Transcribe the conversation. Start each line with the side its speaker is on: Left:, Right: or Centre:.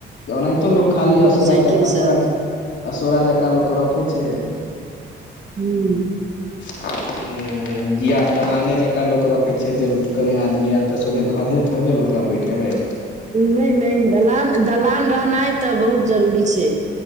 Left: ओनाहितो लोक खाली
Right: मोटरसाइकिल
Left: असोरा असोरा
Right: सब
Left: असोरा जका लोक रखेय छैय।
Right: हु
Left: हु दिया दलाने जका लोक रखैय छैय जे कोनो आदमी एल तऽ सोझे घरे थोड़बे ओकरा बैठेबैय।
Right: नै नै दलान दलान रहनाइ तऽ बहुत जरूरी छैय।